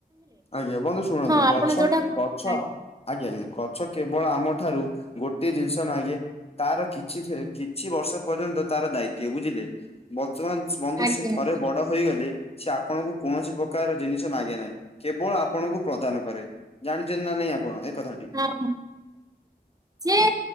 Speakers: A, on the left; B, on the right.
A: ଆଜ୍ଞା ବନ୍ଧୁ ଶୁଣନ୍ତୁ
B: ଆପଣ
A: ଗଛ
B: ଯୋଉଟା
A: ଗଛ
B: ଆ-
A: ଆଜ୍ଞା ଗଛ କେବଳ ଆମ ଠାରୁ ଗୋଟିଏ ଜିନିଷ ମାଗେ ତାର କିଛି ସେ କିଛି ବର୍ଷ ପର୍ଯ୍ୟନ୍ତ ତାର ଦାୟିତ୍ୱ ବୁଝିଲେ। ବର୍ତ୍ତମାନ୍ ବନ୍ଧୁ
B: ଆଜ୍ଞା
A: ସ୍ ସିଏ ଥରେ
B: ଆଜ୍ଞା ଆଜ୍ଞା,
A: ବଡ ହୋଇଗଲେ ସେ ଆପଣଙ୍କୁ କୌଣସି ପ୍ରକାର ଜିନିଷ ମାଗେ ନାଇଁ। କେବଳ ଆପଣଙ୍କୁ ପ୍ରଦାନ କରେ ଜାଣିଛନ୍ତି ନା ନାଇଁ ଆପଣ ଏ କଥା ଟି?
B: <unintelligible> ସିଏ